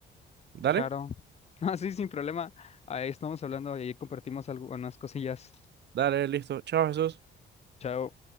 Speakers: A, on the right; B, on the left.
A: Dale,
B: Claro. <laughs> Así sin problema. Ahí estamos hablando, ahí compartimos algunas cosillas.
A: dale, listo. Chao, Jesús.
B: Chao.